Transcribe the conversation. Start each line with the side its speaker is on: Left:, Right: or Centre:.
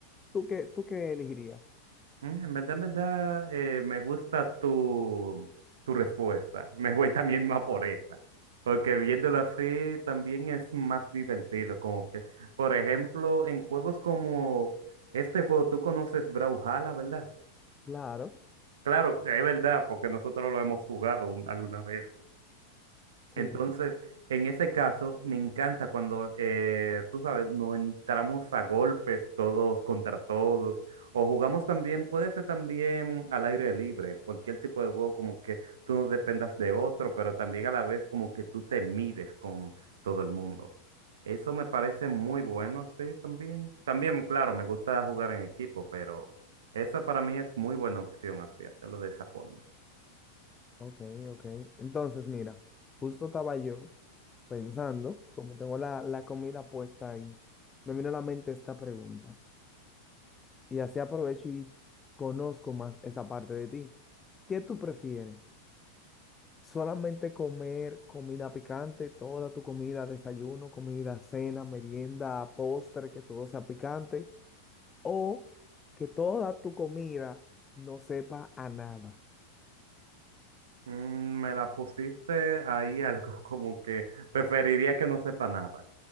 Left: ¿Tú qué, tú qué elegirías?
Right: Mm, En verdad, en verdad, eh, me gusta tu, tu respuesta. Me voy también más por esta. Porque viéndolo así también es más divertido. Como que, por ejemplo, en juegos como este juego, tú conoces Brawlhalla, ¿verdad?
Left: Claro,
Right: Claro, es verdad, porque nosotros lo hemos jugado un- alguna vez.
Left: sí,
Right: Entonces, en ese caso, me encanta cuando, eh, tú sabes, nos entramos a golpes todos contra todos, o jugamos también, puede ser también al aire libre, cualquier tipo de juego como que tú no dependas de otro, pero también a la vez como que tú te mides con todo el mundo. Eso me parece muy bueno, sí, también. También, claro, me gusta jugar en equipo, pero esa para mí es muy buena opción, así, hacerlo de esa forma.
Left: ok, ok. Entonces, mira, justo estaba yo pensando, como tengo la, la comida puesta ahí, me vino a la mente esta pregunta. Y así aprovecho y conozco más esa parte de ti. ¿Qué tú prefieres? Solamente comer comida picante, toda tu comida, desayuno, comida, cena, merienda, postre, que todo sea picante, o que toda tu comida no sepa a nada.
Right: Mm, Me la pusiste ahí algo <laughs> como que preferiría que no sepa nada,